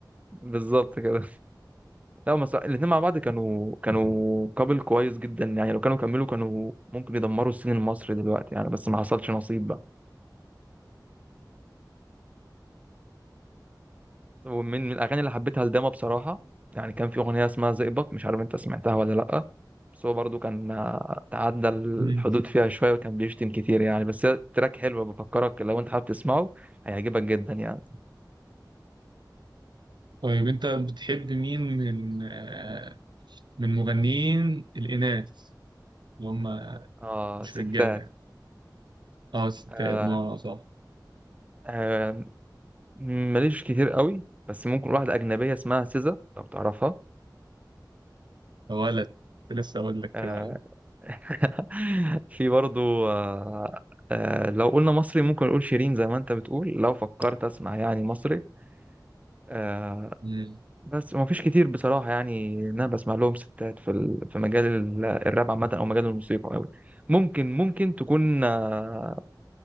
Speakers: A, on the right; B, on the right.
A: بالظبط كده لا هم الاثنين مع بعض كانوا كانوا كابل كويس جدا يعني لو كانوا كملوا كانوا ممكن يدمروا السين المصري دلوقتي يعني بس ما حصلش نصيب بقى طب ومن من الاغاني اللي حبيتها لداما بصراحه يعني كان في اغنيه اسمها زئبق مش عارف انت سمعتها ولا لا بس هو برضو كان آه، تعدى الحدود
B: مم.
A: فيها شويه وكان بيشتم كتير يعني بس هي تراك حلو بفكرك لو انت حابب تسمعه هيعجبك جدا يعني
B: طيب انت بتحب مين من آه، من مغنيين الاناث اللي هم
A: اه
B: مش
A: ستات
B: رجاله يعني اه ستات
A: آه
B: بمعنى صح
A: آه ماليش كتير قوي بس ممكن واحدة أجنبية اسمها سيزا لو تعرفها
B: ولد لسه اقول لك
A: آه،
B: كده عليه
A: <laughs> في برضو آه، آه، لو قلنا مصري ممكن نقول شيرين زي ما انت بتقول لو فكرت اسمع يعني مصري آه،
B: مم.
A: بس ما فيش كتير بصراحة يعني إن انا بسمع لهم ستات في ال- في مجال ال- الراب عامة او مجال الموسيقى قوي ممكن ممكن تكون آه،